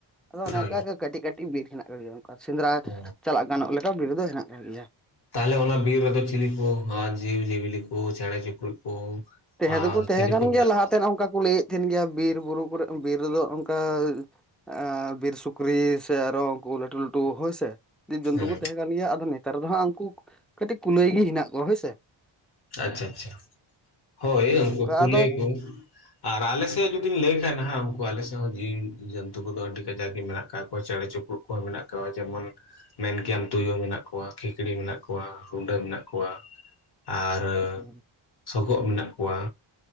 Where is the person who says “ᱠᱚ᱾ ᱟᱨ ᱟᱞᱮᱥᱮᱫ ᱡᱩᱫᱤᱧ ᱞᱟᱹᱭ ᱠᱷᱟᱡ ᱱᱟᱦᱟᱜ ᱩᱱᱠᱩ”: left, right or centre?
Left